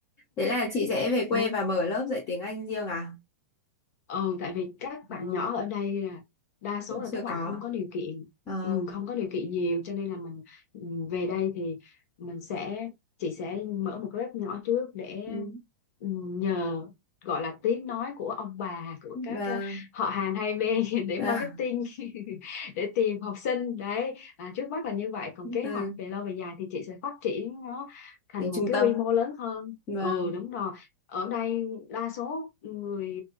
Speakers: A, on the left; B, on the left.
A: Thế là chị sẽ về quê
B: <laughs> đấy
A: và mở lớp dạy tiếng Anh riêng à?
B: Ừ, tại vì các bạn
A: Ờ,
B: nhỏ ở đây là đa số
A: chưa,
B: là
A: chưa
B: các bạn
A: có.
B: không có điều kiện
A: Ờ,
B: ừ, không có điều kiện nhiều cho nên là mình ừ, về đây thì mình sẽ chị sẽ mở một lớp nhỏ trước để
A: ừ,
B: ừ, nhờ gọi là tiếng nói của ông bà của các
A: vâng,
B: ờ, họ hàng hai bên <laughs> để
A: vâng,
B: marketing
A: vâng,
B: <laughs> để tìm học sinh đấy à, trước mắt là như vậy còn
A: <laughs>
B: kế hoạch về lâu về dài thì chị sẽ phát triển nó thành
A: tính trung
B: một cái
A: tâm.
B: quy mô lớn hơn
A: Vâng,
B: ừ đúng rồi ở đây đa số người